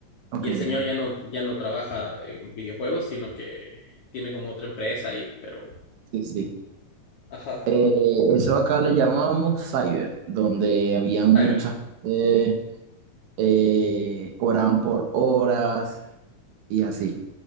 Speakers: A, on the right; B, on the left.
A: Ok,
B: Y
A: ok.
B: el señor ya no, ya no trabaja en videojuegos, sino que tiene como otra empresa ahí, pero...
A: Sí, sí.
B: Ajá.
A: Eh, eso acá le llamábamos cyber, donde habían muchas,
B: A ver.
A: eh, eh, cobraban por horas y así.